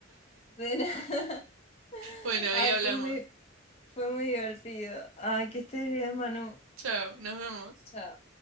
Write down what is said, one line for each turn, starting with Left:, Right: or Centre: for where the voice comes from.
Left: De nada.
Right: Bueno, ahí
Left: Ay,
Right: hablamos.
Left: fue muy, fue muy divertido. Ay, que estés bien, Manu.
Right: Chao, nos vemos.
Left: Chao.